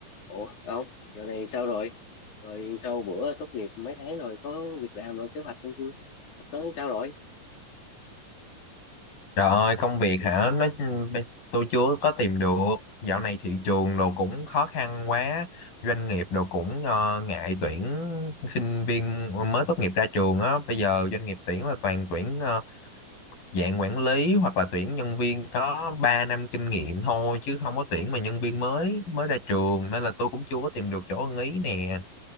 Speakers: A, on the left; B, on the left.
A: Ủa không, giờ này sao rồi? Rồi sau bữa tốt nghiệp mấy tháng rồi có việc làm rồi kế hoạch sắp tới sao rồi?
B: Trời ơi, công việc hả? Nó tôi chưa có tìm được. Dạo này thị
A: Ừ,
B: trường đồ cũng khó khăn quá, doanh nghiệp đồ cũng ờ, ngại tuyển sinh viên mới tốt nghiệp ra trường á. Bây giờ doanh nghiệp tuyển là toàn tuyển ờ, dạng quản lý hoặc là tuyển nhân viên có 3 năm kinh nghiệm thôi chứ không có tuyển mà nhân viên mới mới ra trường nên là tôi cũng chưa có tìm được chỗ ưng ý nè.